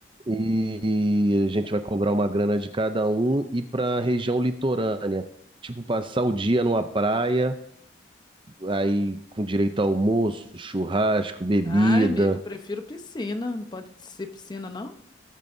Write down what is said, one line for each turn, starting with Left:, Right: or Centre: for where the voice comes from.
Right: e a gente vai cobrar uma grana de cada um e para a região litorânea. Tipo, passar o dia numa praia, aí com direito a almoço, churrasco, bebida.
Left: Ai, amigo, prefiro piscina. Não pode ser piscina, não?